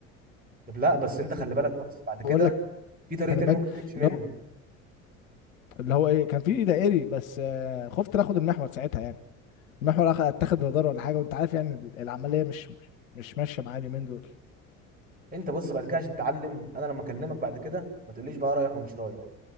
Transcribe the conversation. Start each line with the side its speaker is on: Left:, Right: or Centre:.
Right: طب لا بس انت خلي بالك بص بعد كده
Left: بقول لك
Right: في طريق
Left: انا
Right: تاني
Left: بجري
Right: ممكن تمشي
Left: اللي
Right: منه
Left: هو اللي هو ايه كان في دائري بس آه، خفت ناخد المحور ساعتها يعني المحور أخ- اتاخد رادار ولا حاجه وانت عارف يعني ال- العمليه مش مش مش ماشيه معايا اليومين دول
Right: انت بص بعد كده عشان تعلم انا لما اكلمك بعد كده ما تقوليش بقى رايح ومش رايح